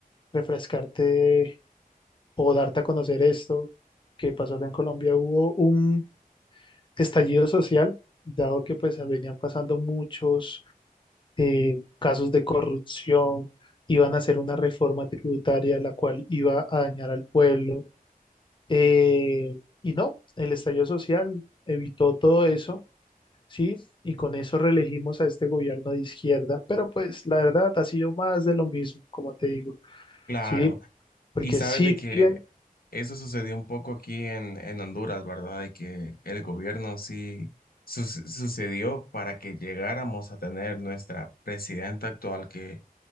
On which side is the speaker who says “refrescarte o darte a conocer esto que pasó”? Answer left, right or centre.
Left